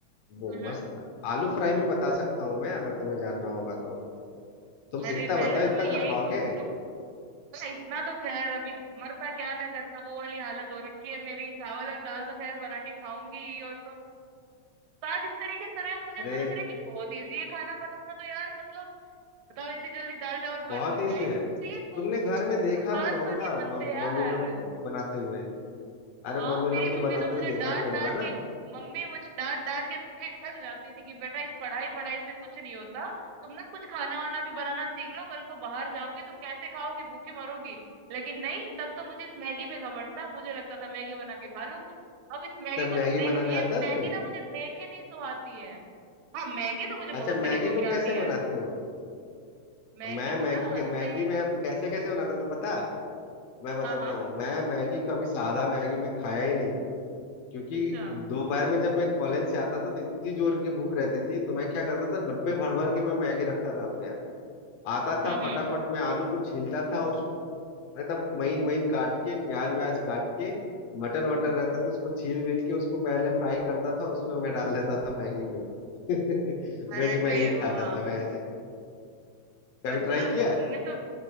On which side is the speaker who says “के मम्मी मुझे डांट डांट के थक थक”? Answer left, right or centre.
Right